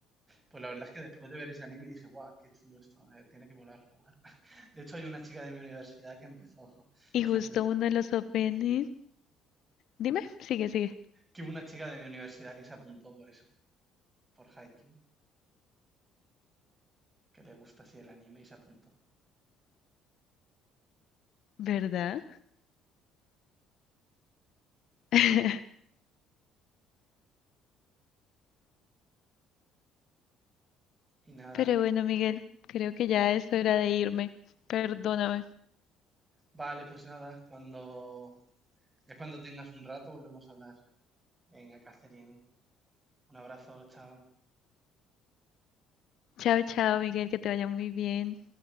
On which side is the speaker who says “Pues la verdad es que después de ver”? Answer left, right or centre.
Right